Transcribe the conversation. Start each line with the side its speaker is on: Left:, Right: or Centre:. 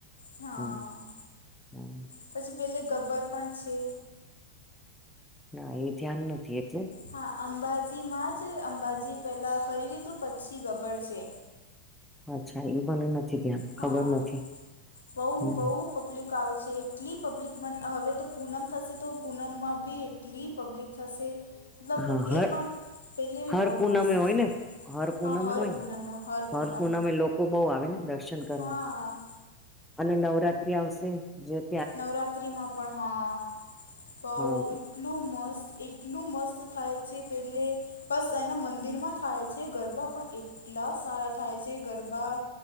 Left: હા
Centre: એમ હમ. હમ
Left: પછી પેલે ગબ્બર પણ છે.
Centre: ના એ ધ્યાન નથી એટલે.
Left: હા, અંબાજી માં જ, અંબાજી પહેલા ફરી લીધું, પછી ગબડ છે.
Centre: અચ્છા, એવું મને નથી ધ્યાન,
Left: હા
Centre: ખબર નથી
Left: બહુ
Centre: હ.
Left: બહુ પબ્લિક આવે છે એટલી પબ્લિક માં. હવે તો પૂનમ થશે, તો પૂનમમાં બી. એટલી પબ્લિક થશે, મતલબ
Centre: હા હા
Left: એ પણ. પહેલે ભી
Centre: હર
Left: બહુ
Centre: પૂનમે
Left: મસ્ત
Centre: હોય
Left: છે,
Centre: ને હર પૂનમે
Left: હા, હર
Centre: હોય
Left: પૂનમ,
Centre: ને
Left: હર પૂનમ.
Centre: પૂનમે લોકો બહુ આવે ને દર્શન કરવા,
Left: હા
Centre: અને નવરાત્રી આવશે જેમ.
Left: નવરાત્રિમાં પણ, હા, બહુ.
Centre: હા
Left: એટલું મસ્ત, એટલું મસ્ત થાય છે પેલે બસ, એના મંદિરમાં થાય છે ગરબા, પણ એટલા સારા થાય છે ગરબા.